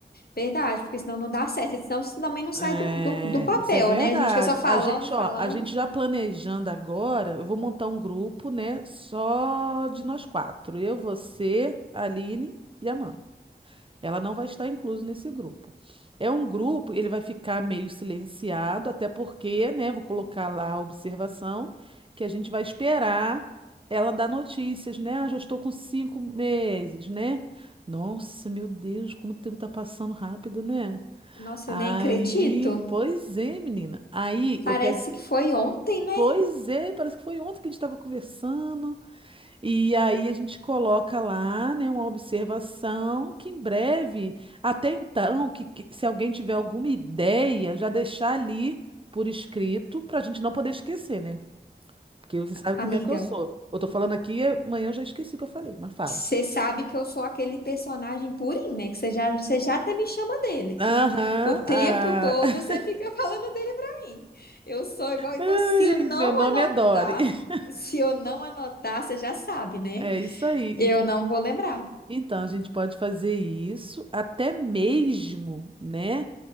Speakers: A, on the left; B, on the right.
A: Verdade, porque senão não dá certo. Senão isso também não sai
B: É,
A: do, do, do papel,
B: isso é verdade.
A: né? A gente fica só falando,
B: A gente,
A: falando.
B: ó, a gente já planejando agora, eu vou montar um grupo, né, só de nós quatro. Eu, você, a Aline e a Amanda. Ela não vai estar inclusa nesse grupo. É um grupo, ele vai ficar meio silenciado, até porque, né, vou colocar lá a observação que a gente vai esperar ela dar notícias, né? Ah, já estou com cinco meses, né? Nossa, meu Deus, como o tempo tá passando rápido, né?
A: Nossa,
B: Aí,
A: eu nem acredito.
B: pois é, menina. Aí
A: Parece
B: eu pego,
A: que foi ontem, né,
B: pois é, parece que foi ontem que a gente estava conversando. E aí a gente coloca lá, né, uma observação que em breve, até então, que, que se alguém tiver alguma ideia, já deixar ali por escrito para a gente não poder esquecer, né? Porque você sabe
A: amiga?
B: como é que eu sou. Eu tô falando aqui, e amanhã eu já esqueci o que eu falei, mas fala.
A: Você sabe que eu sou aquele personagem purinho, né? Que você já, você já até me chama dele, que
B: Aham,
A: o tempo
B: ah.
A: todo
B: <laughs>
A: você fica <laughs> falando dele pra mim. Eu sou igual. Então,
B: Ai,
A: se eu não
B: meu nome
A: anotar,
B: é Dori. <laughs>
A: se eu não anotar, você já sabe, né?
B: É isso aí.
A: Eu
B: Então,
A: não vou lembrar.
B: Então, a gente pode fazer isso até mesmo, né?